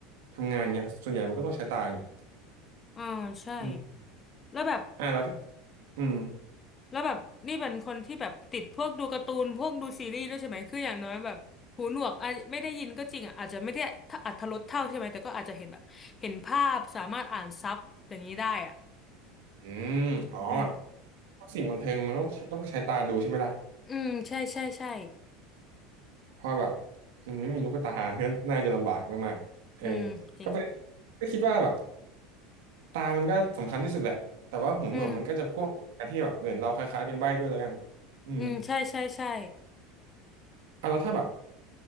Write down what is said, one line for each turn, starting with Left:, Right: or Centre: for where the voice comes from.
Right: ทำงานเงี้ยส่วนใหญ่มันก็ต้องใช้ตาเงี้ย
Left: อ่าใช่
Right: อืม
Left: แล้วแบบ
Right: อ่าแล้วถ้าอืม
Left: แล้วแบบนี่เป็นคนที่แบบติดพวกดูการ์ตูนพวกดูซีรีส์ด้วยใช่ไหมคืออย่างน้อยแบบหูหนวกอาจไม่ได้ยินก็จริงอ่ะอาจจะไม่ได้ถ้าอรรถรสเท่าใช่ไหมแต่ก็อาจจะเห็นแบบเห็นภาพสามารถอ่านซับอย่างนี้ได้อ่ะ
Right: อืมอ๋อ
Left: อืม
Right: พวกสิ่งบันเทิงมันต้องต้องใช้ตาดูใช่ไหมล่ะ
Left: อืมใช่ใช่ใช่
Right: เพราะแบบมันไม่มีลูกตา <laughs> ก็น่าจะลำบากมากๆเออ
Left: อืมจริง
Right: ก็เป็นก็คิดว่าแบบตามันก็สำคัญที่สุดแหละแต่ว่าหูหนวกมันก็จะพ่วงกันที่แบบเหมือนเราคล้ายๆเป็นใบ้ด้วยแล้วกัน
Left: อืม
Right: อืม
Left: อืมใช่ใช่ใช่
Right: อ่ะแล้วถ้าแบบ